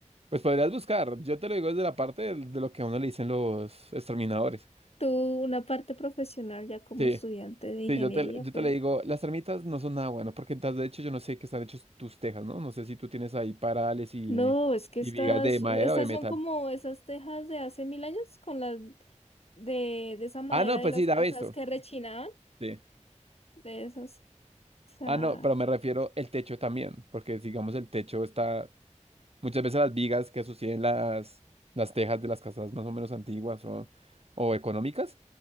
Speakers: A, on the right (about 55°); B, on the left (about 55°).
A: Pues podrías buscar. Yo te lo digo desde la parte del- de, lo que a uno le dicen los exterminadores.
B: Tú, una parte profesional ya como
A: Sí,
B: estudiante de ingeniería,
A: sí, yo te, yo
B: pues.
A: te le digo, las termitas no son nada bueno, porque entonces, de hecho yo no sé qué están hechos tus tejas, ¿no? No sé si tú tienes ahí parales y,
B: No, es que estas,
A: y vigas de madera
B: estas
A: o de metal.
B: son como esas tejas de hace mil años con las de, de esa madera
A: Ah, no,
B: de
A: pues
B: las
A: sí, daba
B: casas
A: esto.
B: que rechinaban,
A: Sí.
B: de esas. O sea,
A: Ah, no, pero me refiero el techo también, porque digamos el techo está Muchas veces las vigas que asocian las, las tejas de las casas más o menos antiguas o, o económicas